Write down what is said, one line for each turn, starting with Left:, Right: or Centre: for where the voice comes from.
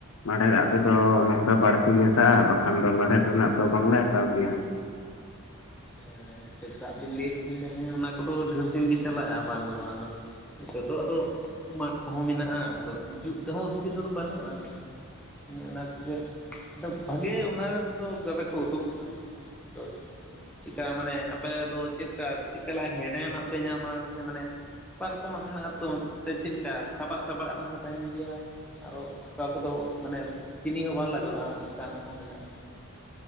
Left: ᱢᱮᱬᱦᱮᱫ ᱟᱜ ᱛᱮᱫᱚ ᱱᱚᱝᱠᱟ ᱵᱟᱹᱲᱛᱤ ᱢᱮᱥᱟᱜ-ᱟ, ᱵᱟᱠᱷᱟᱱ ᱫᱚ ᱢᱮᱬᱦᱮᱫ ᱨᱮᱱᱟᱜ ᱫᱚ ᱵᱟᱝᱞᱮ ᱦᱟᱛᱟᱣ ᱠᱮᱭᱟ᱾
Centre: ᱦᱮᱸ ᱴᱮᱠᱟᱜ ᱵᱤᱱ ᱞᱟᱹᱭ ᱮᱫ ᱛᱟᱦᱮᱸ ᱫᱚ ᱦᱮᱸ ᱚᱱᱟ ᱠᱚᱫᱚ ᱰᱷᱮᱨ ᱫᱤᱱ ᱜᱮ ᱪᱟᱞᱟᱜ-ᱟ ᱵᱟᱝ ᱫᱚ ᱵᱟᱝ᱾ ᱟᱫᱚ ᱱᱚᱛᱮ ᱫᱚ ᱟᱫᱚ ᱢᱟᱫ ᱠᱚᱦᱚᱸ ᱢᱮᱱᱟᱜ-ᱟ ᱟᱫᱚ ᱡᱩᱛ ᱛᱮᱦᱚᱸ ᱚᱥᱩᱵᱤᱫᱟ ᱫᱚ ᱵᱟᱹᱱᱩᱜ-ᱟ᱾ ᱟᱫᱚ ᱚᱱᱮ ᱚᱱᱟ ᱠᱚᱜᱮ ᱵᱷᱟᱜᱮ ᱚᱱᱟ ᱨᱮᱫᱚ ᱜᱟᱵᱮ ᱠᱚ ᱩᱰᱩᱠᱚᱜ-ᱟ᱾ <unintelligible> ᱪᱮᱠᱟ ᱢᱟᱱᱮ ᱟᱯᱮ ᱫᱚ ᱪᱮᱫᱠᱟ ᱪᱮᱫ ᱞᱟᱠᱟᱱ ᱦᱮᱲᱮᱢᱟᱜ ᱯᱮ ᱧᱟᱢᱟ ᱥᱮ ᱢᱟᱱᱮ ᱵᱟᱨ ᱨᱚᱠᱚᱢᱟᱜ ᱢᱮᱱᱟᱜᱼᱟ ᱛᱚ ᱢᱤᱴᱮᱡ ᱪᱮᱫ ᱞᱮᱠᱟ ᱥᱟᱵᱟᱜ ᱥᱟᱵᱟᱜ ᱦᱚᱸ ᱛᱟᱦᱮᱱ ᱜᱮᱭᱟ᱾ ᱟᱨᱚ ᱚᱠᱟ ᱠᱚᱫᱚ ᱢᱟᱱᱮ ᱪᱤᱱᱤ ᱦᱚᱸ ᱵᱟᱝ ᱞᱟᱜᱟᱜᱼᱟ ᱚᱱᱠᱟᱱᱟᱜ ᱦᱚᱸ ᱢᱮᱱᱟᱜᱼᱟ᱾